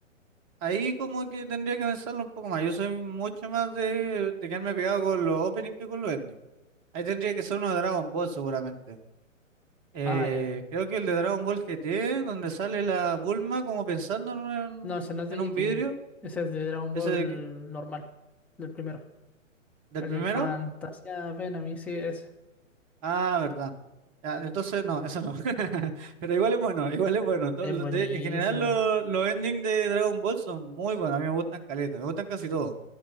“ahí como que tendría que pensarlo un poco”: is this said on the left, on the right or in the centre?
Right